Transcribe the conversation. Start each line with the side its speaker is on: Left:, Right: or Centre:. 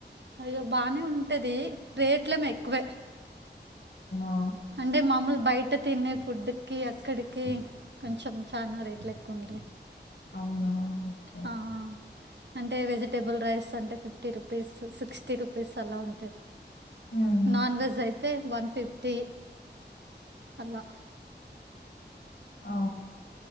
Right: అయ్యో బానే ఉంటది రేట్లేమి ఎక్కువే
Left: అవునా?
Right: అంటే మామూలు బయట తినే ఫుడ్ కి అక్కడికి కొంచెం చానా రేట్లే ఎ కుంటయి
Left: అవునా ఓకే
Right: ఆఆ అంటే వెజిటేబుల్ రైస్ అంటే ఫిఫ్టీ రూపీస్ సిక్స్టీ రూపీస్ అలా ఉంటది
Left: ఉమ్,
Right: నాన్ వెజ్ అయి తే వన్ ఫిఫ్టీ అలా
Left: ఓ